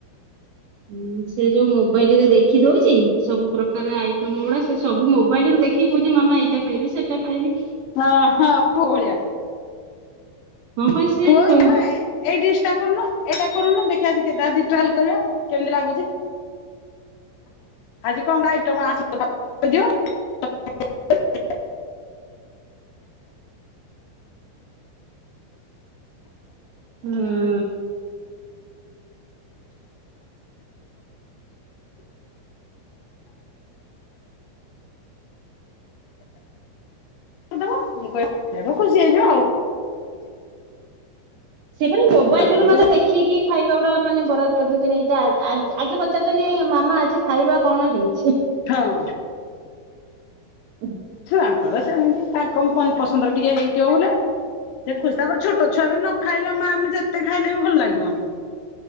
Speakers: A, on the right (about 80°); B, on the left (about 80°).
A: ହୁଁ ସେ ଯୋଉ ମୋବାଇଲ ରେ ଦେଖି ଦଉଛି ସବୁ ପ୍ରକାର ଆଇଟମ ଗୁଡା ସେ ସବୁ ମୋବାଇଲରୁ ଦେଖି କି କଉଁଚି ମାମା ଏଇଟା ଖାଇବି ସେଇଟା ଖାଇବି।
B: ହଁ ହଁ ପୁଅ ଭଳିଆ।
A: ହଁ ପା ସେ
B: ପୁଅ
A: ଛୋ
B: ଝଏ। ଏଇ ଡିଶିଟା କରୁନୁ ଏଇଟା କରୁନୁ ଦେଖିଆ ଆଜି ଟ୍ରାଲ କରିବା କେମିତି ଲାଗୁଚି। ଆଜି କଣ ଖାଇଛ ମା <unintelligible>
A: ହୁଁ।
B: ଦବ ମୁଁ କଇଲି ହେଠ ଖୁସି ହେଇଯିବ ଆଉ।
A: ସେ ପରା ମୋବାଇଲି
B: ତାଙ୍କର
A: ରୁ ମାନେ
B: ଗୋଟେ
A: ଦେ ଦେଖିକି ଖାଇବା ଗୁଡା ମାନେ ବରବାଦ କରିଦଉଚନ୍ତି ଏଇଟା ଆ ଆଗେ ପଚାରୁଛନ୍ତି ମାମା ଆଜି ଖାଇବା କଣ ହେଇଛି।
B: ହଁ।
A: ହ
B: ଛୁଆଙ୍କର ସେମିତି ତାଙ୍କ ମନ ପସ ମଟନ୍‌ଟିକେ ହେଇଥିବ ବୋଲେ ସେ ଖୁସି ତାପରେ ଛୋଟ ଛୁଆ ବି ନ ଖାଇ ଏ ମା ଆମେ ଯେତେ ଖାଇଲେ ବି ଭଲ ଲାଗିବନି।